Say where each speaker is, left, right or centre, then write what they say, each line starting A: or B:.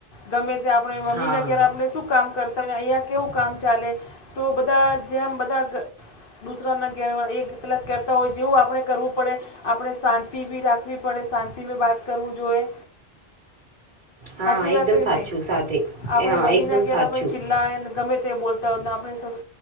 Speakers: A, on the left; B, on the right.
A: ગમે ત્યાં આપણે મમ્મીનેગ્યારે
B: હા
A: આપણે શું કામ કરતા હોયને અહીંયા. કેવું કામ ચાલે તો બધા જેમ બધા દરા ના. એ પેલાં કહેતા હોય જેવું આપણે કરવું પડે આપણે શાંતિ બી રાખવી. પડે શાંતિ મે બાત કરવું જોઈએ.
B: હા
A: સાચી
B: એકદમ
A: વાત
B: સાચું
A: કે નહી
B: સાદે
A: આપડે
B: હા
A: મમ્મીને
B: એકદમ સાચું
A: ઘેર આપણે ચીલ્લા. ગમે તે બોલતા હોત આપણે